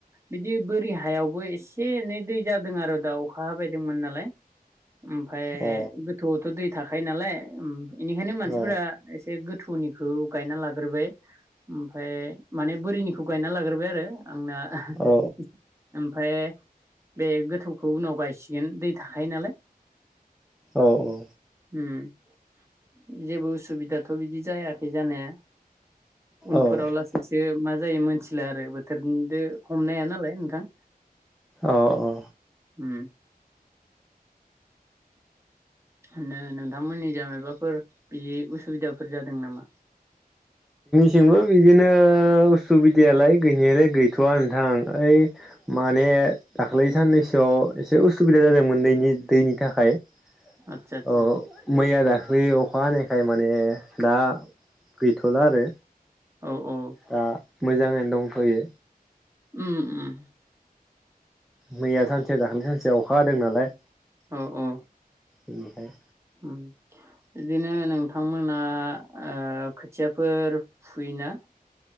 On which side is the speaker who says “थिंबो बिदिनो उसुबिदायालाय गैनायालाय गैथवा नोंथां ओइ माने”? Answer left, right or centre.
Centre